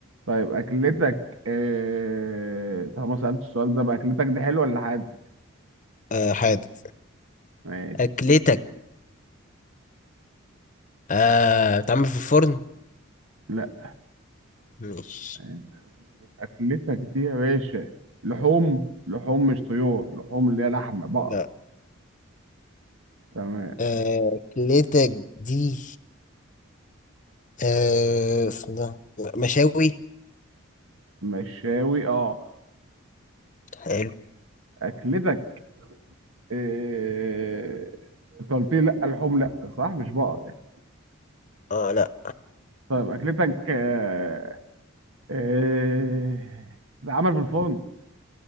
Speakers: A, on the right; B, on the left.
A: طيب أكلتك آه طب ما سألتش السؤال ده بقى أكلتك دي حلوة ولا حادق
B: آه حادق
A: ماشي
B: اكلتك آه بتعمل في الفرن
A: لا
B: ماشي
A: آه، اكلتك دي يا باشا لحوم لحوم مش طيور لحوم اللي هي لحمه بقر
B: لا
A: تمام
B: آه أكلتك دي آه اسمها مشاوي
A: مشاوي اه
B: حلو
A: اكلتك إيه... انت قلت لي لا لحوم لا صح مش بقر يعني
B: اه لا
A: طيب اكلتك آه، آه، ده عمل في الفرن